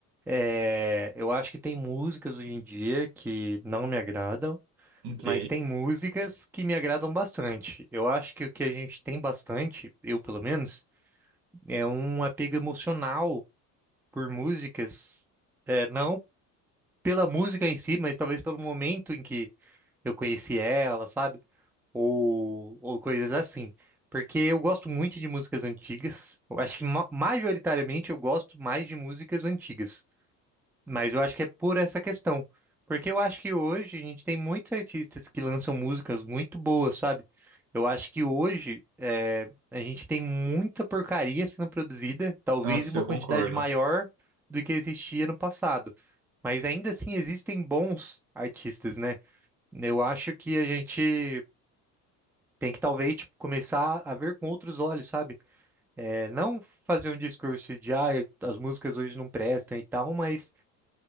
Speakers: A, in the centre; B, on the right.
A: É, eu acho que tem músicas hoje em dia que não me agradam,
B: Ok.
A: mas tem músicas que me agradam bastante. Eu acho que o que a gente tem bastante, eu pelo menos, é um apego emocional por músicas, é, não pela música em si, mas talvez pelo momento em que eu conheci ela, sabe? ou, ou coisas assim. Porque eu gosto muito de músicas antigas. Eu acho que ma- majoritariamente eu gosto mais de músicas antigas. Mas eu acho que é por essa questão. Porque eu acho que hoje a gente tem muitos artistas que lançam músicas muito boas, sabe? Eu acho que hoje é, a gente tem muita porcaria sendo produzida, talvez
B: Nossa,
A: em uma
B: eu
A: quantidade
B: concordo.
A: maior do que existia no passado. Mas ainda assim existem bons artistas, né? Eu acho que a gente tem que talvez tipo, começar a ver com outros olhos, sabe? É, não fazer um discurso de ah, as músicas hoje não prestam e tal, mas